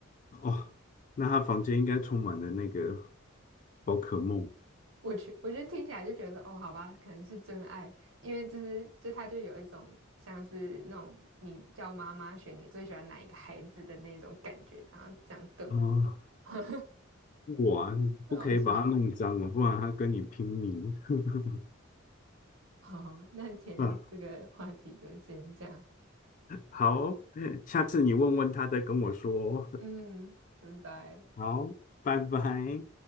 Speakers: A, on the left (about 40°); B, on the right (about 75°).
A: 哦，那他房间应该充满了那个宝可梦。
B: 我觉我觉得听起来就觉得哦，好吧，可能是真爱，因为就是就他就有一种像是那种你叫妈妈选你最喜欢哪一个孩子的那种感觉，然后这样瞪我，
A: 哦，
B: <laughs> 很
A: 哇，
B: 好笑。
A: 不可以把它弄脏了，不然它跟你拼命。<laughs>
B: 好，那今天这个话题就先这样，
A: 嗯，好，下次你问问他再跟我说哦。
B: 嗯，拜拜。
A: 好，拜拜。